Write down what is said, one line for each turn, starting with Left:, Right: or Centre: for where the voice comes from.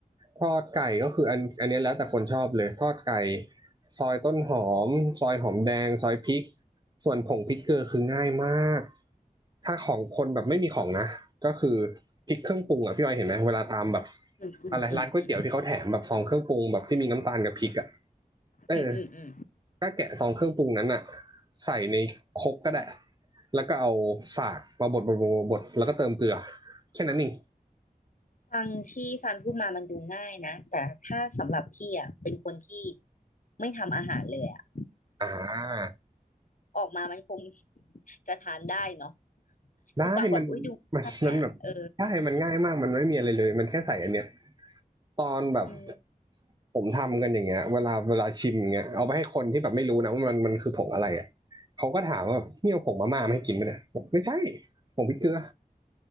Right: ทอดไก่ก็คืออันอันเนี้ยแล้วแต่คนชอบเลยทอดไก่ซอยต้นหอมซอยหอมแดงซอยพริกส่วนผงพริกเกลือคือง่ายมากถ้าของคนแบบไม่มีของนะก็คือพริกเครื่องปรุงอ่ะพี่ออยเห็นไหมเวลาตามแบบ
Left: อืมอืมอืมอืม
Right: อะไรร้านก๋วยเตี๋ยวที่เขาแถมแบบซองเครื่องปรุงแบบที่มีน้ำตาลกับพริกอ่ะเออ
Left: อืมอืมอืม
Right: ก็แกะซองเครื่องปรุงนั้นอะใส่ในครกก็ได้แล้วก็เอาสากมาบดบดบดบดแล้วก็เติมเกลือแค่นั้นเอง
Left: ฟังที่ซันพูดมามันดูง่ายนะแต่ถ้าสำหรับพี่อ่ะเป็นคนที่ไม่ทำอาหารเลยอ่ะ
Right: อ่า
Left: ออกมามันคง <laughs> จะทานได้เนาะคือฟังแบบอุ้ยดูง่ายอ่ะเออ
Right: ได้มันมันมันแบบได้มันง่ายมากมันไม่มีอะไรเลยมันแค่ใส่อันเนี้ยตอนแบบ
Left: อืม
Right: ผมทำกันอย่างเงี้ยเวลาเวลาชิมอย่างเงี้ยเอาไปให้คนที่แบบไม่รู้นะว่ามันมันคือผงอะไรอ่ะเขาก็ถามว่านี่เอาผงมาม่ามาให้กินไหมเนี่ยบอกไม่ใช่ผงพริกเกลือ